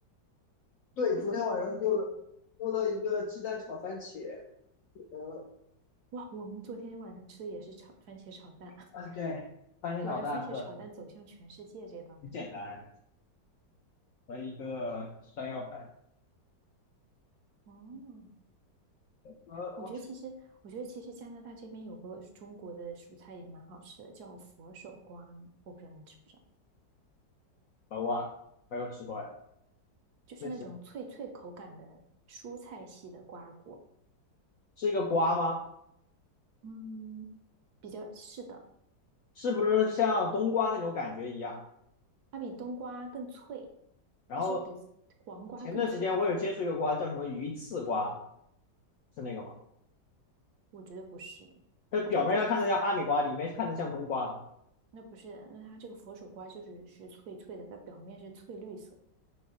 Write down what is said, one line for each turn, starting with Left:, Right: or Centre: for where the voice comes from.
Left: 对，昨天晚上做的，做了一个鸡蛋炒番茄，呃
Right: 哇，我们昨天晚上吃的也是炒番茄炒蛋，<laughs>
Left: 啊，对，翻一场大很
Right: 果然番茄炒蛋走向全世界这道菜。
Left: 很简单啊和一个山药粉，
Right: 哦，
Left: 呃，
Right: 我觉得其实，
Left: 我
Right: 我觉得其实加拿大这边有个中国的蔬菜也蛮好吃的，叫佛手瓜，我不知道你知不知道，
Left: 熟啊，没有吃过哎，
Right: 就是那种脆脆口感的蔬菜系的瓜果。
Left: 那是是一个瓜吗？
Right: 嗯，比较是的，
Left: 是不是像冬瓜那种感觉一样？
Right: 它比冬瓜更脆，
Left: 然后
Right: 它是比黄瓜更脆的存在。
Left: 前段时间我有接触一个瓜，叫什么鱼刺瓜，是那个吗？
Right: 我觉得不是，
Left: 它表面上看着像哈密瓜，
Right: 它这个就叫，
Left: 里面看着像冬瓜，
Right: 那不是，那它这个佛手瓜就是是脆脆的，它表面是翠绿色，